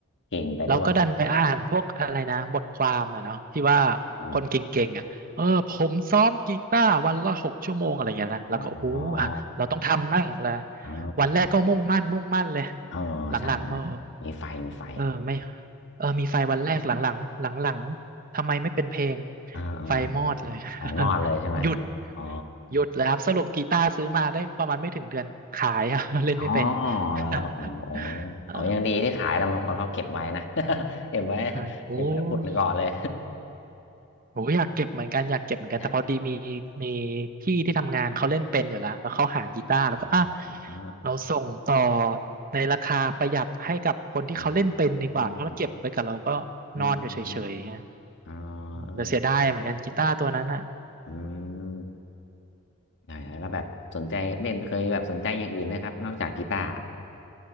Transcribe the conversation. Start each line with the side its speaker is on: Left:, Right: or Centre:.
Left: เก่งไปด้วย
Right: เราก็ดันไปอ่านพวกอะไรนะบทความอ่ะเนาะที่ว่า
Left: อม
Right: คนเก่งๆอ่ะเออผมซ้อมกีตาร์วันละหกชั่วโมงอะไรเงี้ยนะแล้วก็โอ้โหอ่ะเราต้องทำมั่งละ
Left: อ๋ออ๋อ
Right: วันแรกก็มุ่งมั่นมุ่งมั่นเลย
Left: เออใช่ใช่
Right: หลังๆเออ
Left: มีไฟมีไฟ
Right: เออไม่เออมีไฟวันแรกหลังๆหลังๆทำไมไม่เป็นเพลง
Left: เออเออ
Right: ไฟมอดเลย
Left: เออไฟมอดเลยใช่ไหม
Right: <laughs> หยุด
Left: อ๋อ
Right: หยุดเลยครับสรุปกีตาร์ซื้อมาได้ประมาณไม่ถึงเดือนขายอะ <laughs> เล่นไม่เป็น
Left: อ๋อ
Right: <laughs>
Left: แล้วโอ้โห
Right: เออ
Left: โอ้ยังดีที่ขายแล้วบางคนเขาเก็บไว้นะ <laughs> เก็บไว้
Right: ใช่โอ้
Left: เก็บไว้ปุ่นก่อนเลย
Right: ยผมก็อยากเก็บเหมือนกันอยากเก็บเหมือนกันแต่พอดีมี
Left: <laughs> นะ
Right: มีพี่ที่ทำงานเขาเล่นเป็นอยู่แล้วแล้วเขาหากีตาร์แล้วก็อ่ะ
Left: อ๋อเออ
Right: เราส่งต่อในราคาประหยัดให้กับคนที่เขาเล่นเป็นดีกว่าเพราะเราเก็บไว้กับเราก็นอนอยู่เฉยๆอย่างเงี้ย
Left: เอออืมอืมอืมอืมอ๋อเออ
Right: แต่เสียดายเหมือนกันกีตาร์ตัวนั้นอะ
Left: อืมใช่แล้วแบบสนใจเล่นเคยแบบสนใจอย่างอื่นนะครับนอกจากกีตาร์